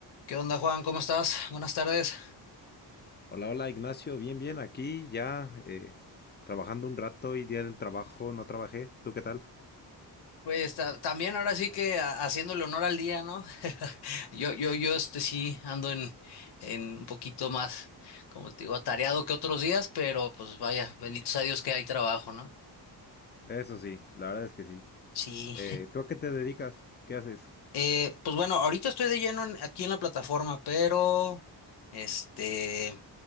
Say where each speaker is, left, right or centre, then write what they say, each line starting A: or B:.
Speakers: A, on the left; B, on the left.
A: ¿Qué onda, Juan? ¿Cómo estás? Buenas tardes.
B: Hola, hola Ignacio, bien, bien, aquí ya eh, trabajando un rato y día del trabajo no trabajé. ¿Tú qué tal?
A: Pues ta- también ahora sí que a- haciéndole honor al día, ¿no? <laughs> Yo, yo, yo, este sí ando en, en un poquito más, como te digo, atareado que otros días, pero pues vaya, bendito sea Dios que hay trabajo, ¿no?
B: Eso sí, la verdad es que sí.
A: Sí.
B: Eh, ¿tú a qué te dedicas? ¿Qué haces?
A: Eh, pues bueno, ahorita estoy de lleno en- aquí en la plataforma, pero este,